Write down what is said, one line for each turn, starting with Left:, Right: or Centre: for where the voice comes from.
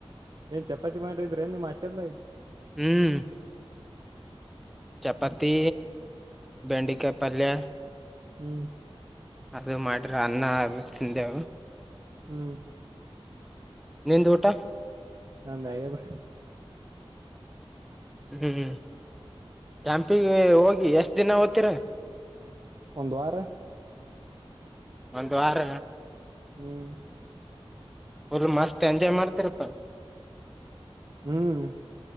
Right: ಏನ್ ಚಪಾತಿ ಮಾಡ್ರಿದ್ರೆನ್ ನಿಮ್ ಹಾಸ್ಟೇಲ್ ಲಿ
Centre: ಹ್ಮ್ ಚಪಾತಿ ಬೆಂಡೆಕಾಯಿ ಪಲ್ಯ
Right: ಹ್ಮ್
Centre: ಅದು ಮಾಡ್ರೆ ಅನ್ನ ಅದು ತಿಂದೆವು
Right: ಹ್ಮ್
Centre: ನಿಂದು ಊಟ
Right: <unintelligible> ನಂದದು
Centre: ಹ್ಮ್ ಯಾಂಪಿಗೆ ಹೋಗಿ ಎಷ್ಟ್ ದಿನ ಓದ್ತೀರ
Right: ಒಂದ್ ವಾರ
Centre: ಒಂದ್ ವಾರ
Right: ಹ್ಮ್
Centre: ಬರ್ ಮಾಸ್ತ್ ಎಂಜಾಯ್ ಮಾಡ್ತಿರಪ್ಪ
Right: ಹ್ಮ್